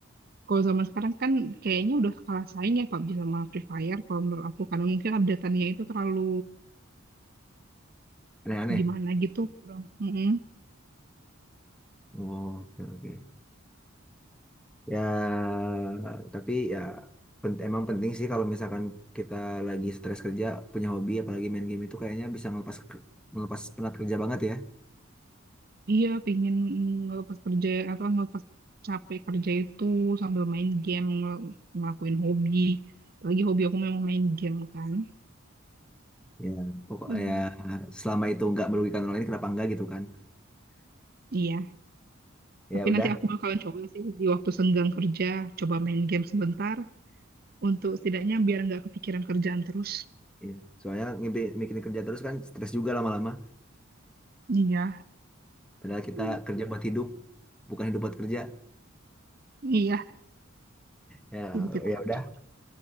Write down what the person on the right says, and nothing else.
Kalau zaman sekarang kan kayaknya udah kalah saing ya PUBG sama Free Fire kalau menurut aku karena mungkin update-annya itu terlalu
gimana gitu kurang Mm-mm.
Iya pingin ngelepas kerja apa ngelepas capek kerja itu sambil main game ngel- ngelakuin hobi apalagi hobi aku memang main game kan
Hmm.
iya
tapi
nanti aku bakalan coba sih di waktu senggang kerja coba main game sebentar untuk setidaknya biar nggak kepikiran kerjaan terus
iya
Hmm.
iya
jadi kita
cepat